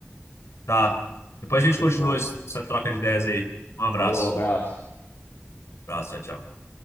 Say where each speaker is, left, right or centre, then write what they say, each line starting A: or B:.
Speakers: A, on the left; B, on the left.
A: tá. Depois
B: Não,
A: a gente
B: show
A: continua
B: de bola.
A: esse- essa troca de ideias aí. Um abraço.
B: Falou, abraço.
A: Abraço, tchau, tchau.